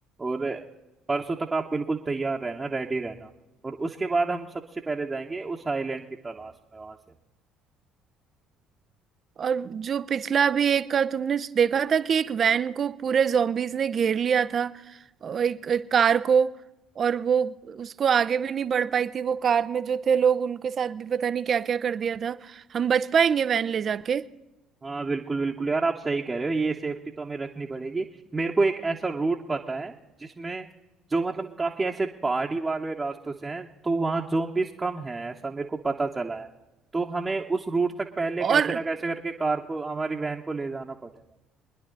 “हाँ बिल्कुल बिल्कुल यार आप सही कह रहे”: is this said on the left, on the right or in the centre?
Right